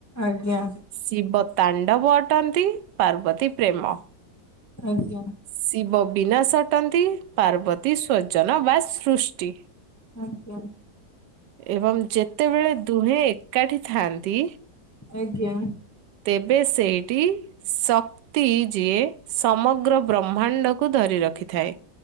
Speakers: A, on the left; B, on the right.
A: ଆଜ୍ଞା
B: ଶିବତାଣ୍ଡବ ଅଟନ୍ତି ପାର୍ବତୀ ପ୍ରେମ।
A: ଆଜ୍ଞା।
B: ଶିବ ବିନାସ ଅଟନ୍ତି ପାର୍ବତୀ ସ୍ୱଜନ ବା ସୃଷ୍ଟି।
A: ଆଜ୍ଞା
B: ଏବଂ ଯେତେବେଳେ ଦୁହେଁ ଏକାଠି ଥାଆନ୍ତି।
A: ଆଜ୍ଞା।
B: ତେବେ ସେଇଠି ଶକ ତି ଯିଏ ସମଗ୍ର ବ୍ରହ୍ମାଣ୍ଡକୁ ଧରି ରଖିଥାଏ।